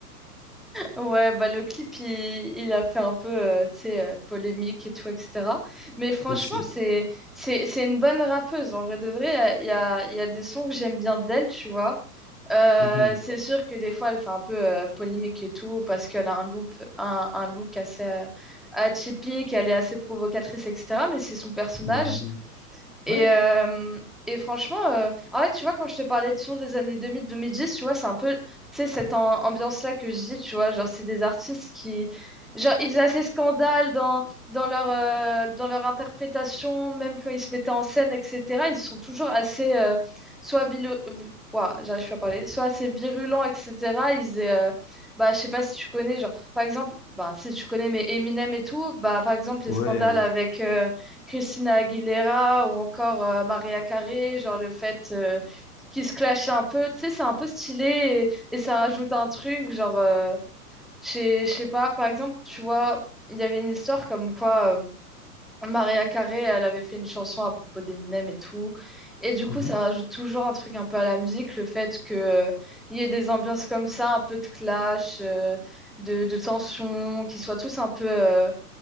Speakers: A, in the centre; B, on the left (about 40°).
A: Ouais, bah, le clip, il, il a fait un peu, euh, tu sais, euh, polémique et tout, etc. Mais franchement,
B: aussi.
A: c'est, c'est, c'est une bonne rappeuse. En vrai de vrai, il y a, il y a il y a des sons que j'aime bien d'elle, tu vois. Euh,
B: Mhm,
A: c'est sûr que des fois, elle fait un peu euh, polémique et tout, parce qu'elle a un look, un, un look assez euh, atypique, elle est assez provocatrice, etc. Mais c'est son personnage.
B: mhm.
A: Et,
B: Ouais,
A: euh, et franchement, euh, en fait, tu vois, quand je te parlais de son des années deux deux mille mille dix tu vois, c'est un peu, tu sais, cette am- ambiance-là que je dis, tu vois, genre, c'est des artistes qui, genre, ils faisaient assez scandale dans, dans leur, euh, dans leur interprétation, même quand ils se mettaient en scène, etc. Ils sont toujours assez, euh, soit vilo- vi- Ouah, j'arrive plus à parler, soit assez virulents, etc. Ils euh, bah, je sais pas si tu connais, genre, par exemple, bah, si tu connais, mais Eminem et tout, bah, par exemple, les
B: ouais,
A: scandales
B: ouais.
A: avec... euh, Christina Aguilera ou encore euh, Maria Carey, genre le fait euh, qu'ils se clashent un peu, tu sais, c'est un peu stylé et, et ça rajoute un truc, genre, euh, je sais je sais pas, par exemple, tu vois, il y avait une histoire comme quoi euh, Maria Carey, elle avait fait une chanson à propos d'Eminem et tout, et du coup,
B: Mhm.
A: ça rajoute toujours un truc un peu à la musique, le fait que, euh, il y ait des ambiances comme ça, un peu de clash, euh, de, de tension, qu'ils soient tous un peu, euh,